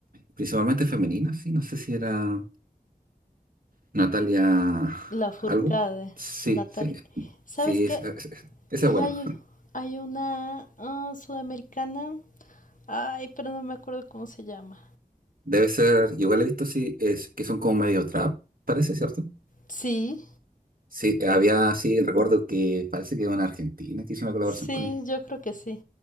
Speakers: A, on the right; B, on the left.
A: principalmente femeninas, sí, no sé si era Natalia
B: La Furcade,
A: algo. Sí,
B: Natalia.
A: sí,
B: ¿Sabes
A: sí,
B: qué?
A: es- es- es- esa
B: Y
A: es buena.
B: hay, hay una oh, sudamericana, ay, pero no me acuerdo cómo se llama.
A: Debe ser, yo igual he visto, sí, es que son como medio trap, parece, ¿cierto?
B: Sí,
A: Sí, había, sí, recuerdo que parece que una argentina que hizo una colaboración
B: sí,
A: con él.
B: yo creo que sí.